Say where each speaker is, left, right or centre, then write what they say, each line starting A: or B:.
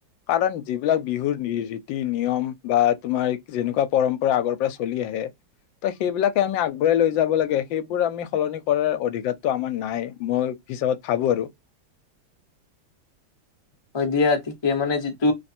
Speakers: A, on the left; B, on the left.
A: কাৰণ যিবিলাক বিহুৰ ৰীতি নিয়ম বা তোমাৰ যেনেকুৱা পৰম্পৰা আগৰ পৰা চলি আহে ত সেইবিলাকে আমি আগবঢ়াই লৈ যাব লাগে সেইবোৰ আমি সলনি কৰাৰ অধিকাৰটো আমাৰ নাই মই হিচাপ ভাবো আৰু।
B: হয় দিয়া ঠিকে মানে যিটো